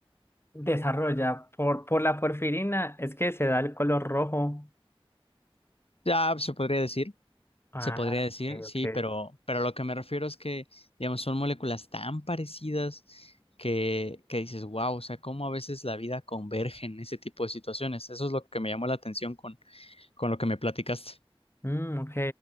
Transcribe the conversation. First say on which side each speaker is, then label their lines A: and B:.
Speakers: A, on the left (about 25°); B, on the left (about 80°).
A: desarrolla por, por la porfirina, es que se da el color rojo.
B: Ya se podría decir,
A: Ah,
B: se podría decir,
A: ok,
B: sí,
A: ok.
B: pero, pero lo que me refiero es que, digamos, son moléculas tan parecidas que, que dices, wow, o sea, cómo a veces la vida converge en ese tipo de situaciones. Eso es lo que me llamó la atención con, con lo que me platicaste.
A: Mm, ok.